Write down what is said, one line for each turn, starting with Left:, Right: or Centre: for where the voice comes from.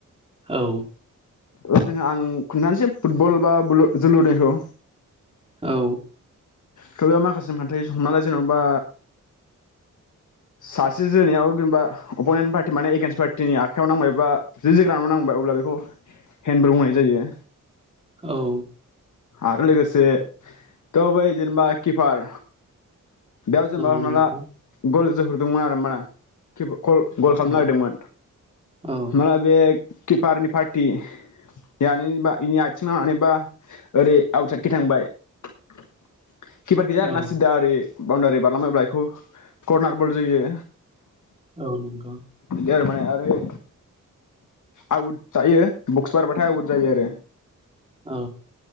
Right: औ
Left: औ जोंहा आं खोन्थानोसै फुटबल बा बोलुर जोलुरनिखौ
Right: औ
Left: थ' बेयाव माखासे खान्थि हमना ला जेनबा सासे जोनायाव जेनेबा अपनेन्ट पार्टि माने एगेेनस्ट पार्टिनि आखाइयाव नांबाय बा जि जोग्रानाव नांबाय अब्ला बेखौ हेनब्रे बुंनाय जायो।
Right: औ
Left: आरो लोगोसे थ' बै जेनेबा किपार दा जेनबा
Right: औ
Left: हमना
Right: नंगौ
Left: ला गल जोहरदोंमोन आरो मा <unintelligible> कल गल खालामनो
Right: औ
Left: नागिरदोंमोन
Right: औ
Left: हमना ला बे किपारनि पार्टि जानोबा इनि आथिं नांनानै बा ओरै आउटसाइडखै थांबाय। <unintelligible>
Right: औ
Left: आरोना सिदा ओरि बाउनदारि बारलांब्लायब्ला बेखौ करनार बल जोयो।
Right: औ नंगौ।
Left: ए माने ओरै आउट थायो बक्स बारबाथाय आउट जायो आरो
Right: औ